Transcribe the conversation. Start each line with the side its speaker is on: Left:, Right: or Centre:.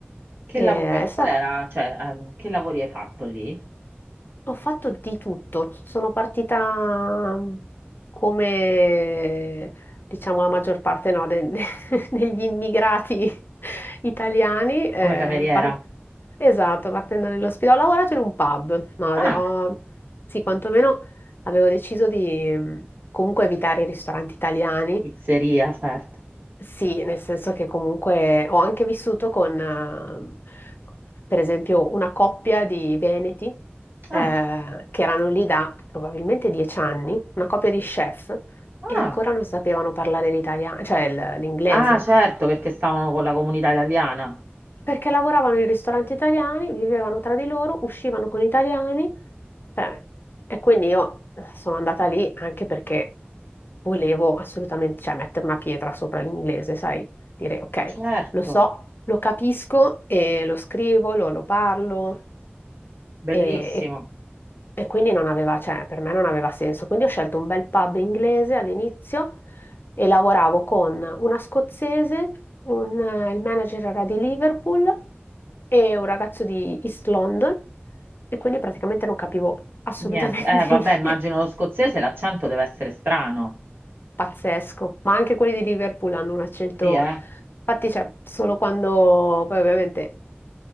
Right: Che
Left: E,
Right: lavoro,
Left: è stato
Right: qual era, cioè, ehm, che lavori hai fatto lì?
Left: Ho fatto di tutto, sono partita mhmm, come diciamo la maggior parte no, de- <laughs> degli immigrati italiani. eh,
Right: Come cameriera?
Left: par- esatto, partendo dall'ospedale. Ho lavorato in un pub, ma
Right: Ah,
Left: ade- ho- sì, quantomeno avevo deciso di mh, comunque evitare i ristoranti italiani
Right: pizzeria, certo.
Left: sì, nel senso che comunque ho anche vissuto con, eh, per esempio, una coppia di veneti eh,
Right: Ah,
Left: che erano lì da probabilmente dieci anni, una coppia di chef,
Right: ah,
Left: e ancora non sapevano parlare l'italiano, cioè il- l'inglese.
Right: ah, certo, perché stavano con la comunità italiana.
Left: Perché lavoravano in ristoranti italiani, vivevano tra di loro, uscivano con italiani, cioè, e quindi io eh, sono andata lì anche perché volevo assolutamente, cioè, mettere una pietra sopra l'inglese, sai? Dire, ok,
Right: Certo,
Left: lo so, lo capisco e lo scrivo, lo, lo parlo,
Right: bellissimo.
Left: e, e e quindi non aveva, cioè, per me non aveva senso. Quindi ho scelto un bel pub inglese all'inizio e lavoravo con una scozzese, un, eh, il manager era di Liverpool e un ragazzo di East London e quindi praticamente non capivo assolutamente
Right: Niente, eh,
Left: <laughs>
Right: vabbè,
Left: niente.
Right: immagino lo scozzese, l'accento deve essere strano.
Left: Pazzesco, ma anche quelli di Liverpool hanno un accento,
Right: Sì, eh,
Left: infatti, cioè, solo quando poi ovviamente